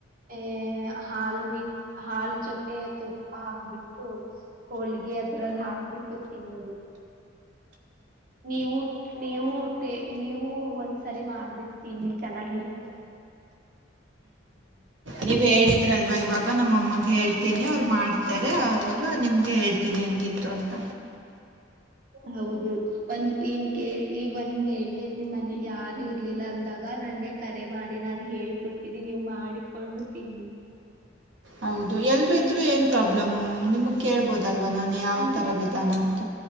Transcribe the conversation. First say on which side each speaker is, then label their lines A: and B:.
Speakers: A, on the right; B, on the right.
A: ಅ ಹಾಲ್ ವಿ ಹಾಲ್ ಜೊತೆ ತುಪ್ಪ ಹಾಕ್ಬಿಟ್ಟು ಹೋಳಿಗೆ ಅದ್ರಲ್ಲಿ ಹಾಕ್ಬಿಟ್ಟು ತಿನ್ನೋದು ನೀವು ನೀವು ಟ್ಟೆ ನೀವು ಒಂದ್ಸರಿ ಮಾಡ್ಬಿಟ್ಟ ತಿನ್ನಿ ಚೆನ್ನಾಗಿರುತ್ತೆ
B: ನೀವು ಹೇಳಿದ್ದ ಇದ್ರಲ್ವ
A: ಹಲೋ
B: ಇವಾಗ ನಮ್ಮ ಅಮ್ಮಗೆ ಹೇಳ್ತೀನಿ ಮಾಡ್ತಾರೆ ಅದ ಆವಾಗ ನಿಮ್ಗೆ ಹೇಳ್ತೀನಿ ಹೆಂಗಿತ್ತು ಅಂತ
A: ಹೌದು ಒಂದ್ ಇನ್ ಕೇಸ್ ಈ ಒಂದ್ ವೇಳೆ ನಿಮ್ ಮನೇಲಿ ಯಾರು ಇರ್ಲಿಲ್ಲ ಅಂದಾಗ ನಂಗೆ ಕರೆ ಮಾಡಿ ನಾನ್ ಹೇಕೊಡ್ತೀನಿ ನೀವು ಮಾಡಿಕೊಂಡು ತಿನ್ನಿ
B: ಹೌದು ಎಲ್ರು ಇದ್ರು ಏನ್ ಪ್ರಾಬ್ಲಮು ನಿಮಗ್ ಕೇಳ್ಬೋದು ಲ್ವನಾನೇ ಯಾವ
A: ಅಂದ್ರೆ
B: ತರ ವಿಧಾನ ಅಂತ